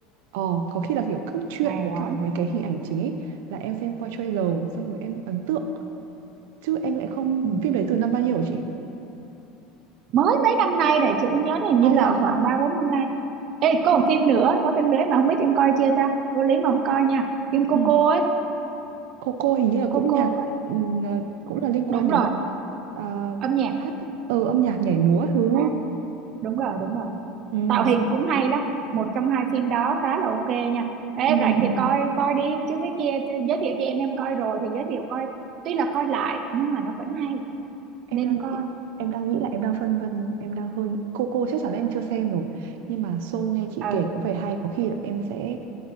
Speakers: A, on the right; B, on the right.
A: ờ có khi là kiểu cốt truyện
B: hay
A: với
B: lắm
A: cả mấy cái hình ảnh chính ấy là em xem qua trailer xong rồi em ấn tượng chứ em lại không
B: ừ.
A: phim đấy từ năm bao nhiêu hả chị?
B: mới mấy năm nay này chị cũng nhớ là hình
A: À
B: như là
A: thế à?
B: khoảng ba bốn năm nay ê có
A: À
B: một phim nữa có phim đấy mà không biết em coi chưa ta vô lý mà không coi nha phim Coco
A: ừ.
B: ấy
A: Cô cô hình như là cũng
B: Coco
A: nhạc
B: coi.
A: ừ, ờ, cũng là liên quan
B: đúng
A: đến
B: rồi
A: ờ,
B: âm nhạc
A: hát ừ, âm nhạc nhảy múa thứ đúng
B: à,
A: không?
B: đúng rồi đúng rồi
A: ừ
B: tạo hình cũng hay lắm một trong hai phim đó khá là ok nha ê
A: Ừ,
B: rảnh
A: ừ,
B: thì coi
A: ừ.
B: coi đi chứ cái kia thì giới thiệu cho em em coi rồi thì giới thiệu coi tuy là coi lại nhưng mà nó vẫn hay
A: Em
B: nên
A: đang
B: coi
A: nghĩ em đang nghĩ là em đang phân vân em đang hơi cô cô chắc chắn là em chưa xem rồi nhưng mà show nghe chị
B: ờ
A: kể có vẻ hay có khi là em sẽ